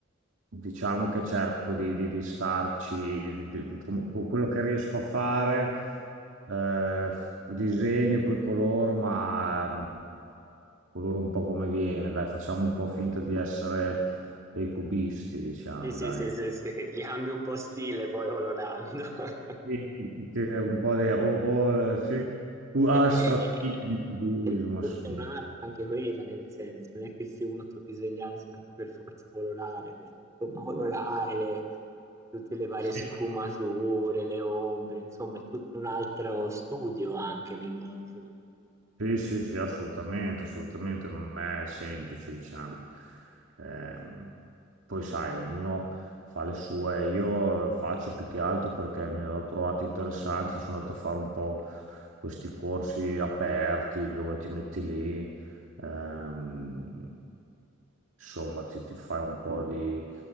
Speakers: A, on the right (about 75°); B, on the right (about 15°).
A: Diciamo che cerco di, di- di starci, di- di- com- quello che riesco a fare, eh, disegno e poi coloro, ma mm, coloro un po' come viene, dai, facciamo un po' finta di essere dei cubisti, diciamo,
B: Sì, sì,
A: dai.
B: sì, sì, sì, li cambio un po' stile poi colorando. <laughs>
A: Sì, sì, sì, Un po' di o, o, eh, sì, più astrattismo,
B: Che poi è,
A: cubismo,
B: è-
A: insomma.
B: è un'arte anche quella, nel senso, non è che se uno ti disegnare sia anche per forza colorare, perché insomma colorare le- tutte le varie
A: Sì.
B: sfumature, le ombre, insomma è tutto un altro studio anche, mi immagino.
A: Sì, sì, sì, assolutamente, assolutamente, non è semplice, diciamo. Ehm, poi sai, ognuno fa le sue, io faccio più che altro perché mi l'ho trovato interessante, sono andato a fare un po' questi corsi aperti dove ti metti lì, ehm, insomma, ti, ti fai un po' di,